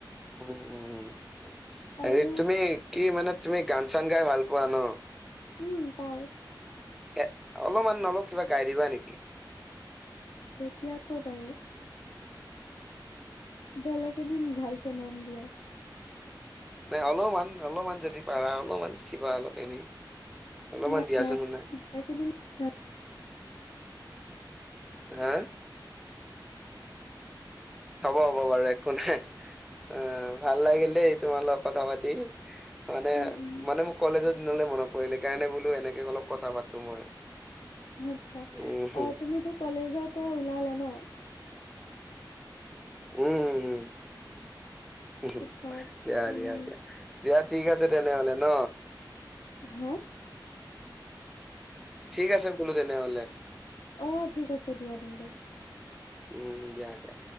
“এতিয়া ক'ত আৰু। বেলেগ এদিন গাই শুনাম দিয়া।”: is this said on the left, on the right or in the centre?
Left